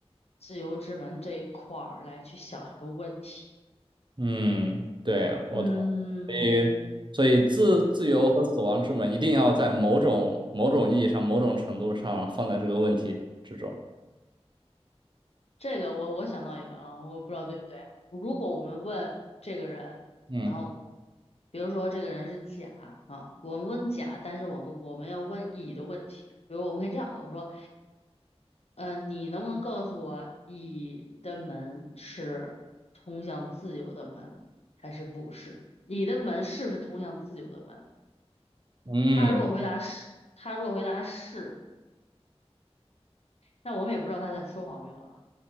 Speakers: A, on the left; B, on the right.
A: 自由之门这一块儿来去想一个问题。
B: 嗯，对，我同意。
A: 嗯，
B: 所以自自由和死亡之门一定要在某种某种意义上、某种程度上放在这个问题之中。
A: 这个我我想到一个啊，我不知道对不对。如果我们问这个人，
B: 嗯。
A: 然后比如说这个人是甲啊，我们问甲，但是我们我们要问乙的问题，比如我们可以这样问，我说，呃，你能不能告诉我乙的门是通向自由的门还是不是？乙的门是不是通向自由的门？
B: 嗯，
A: 他如果回答是，他如果回答是，那我们也不知道他在说谎没有啊。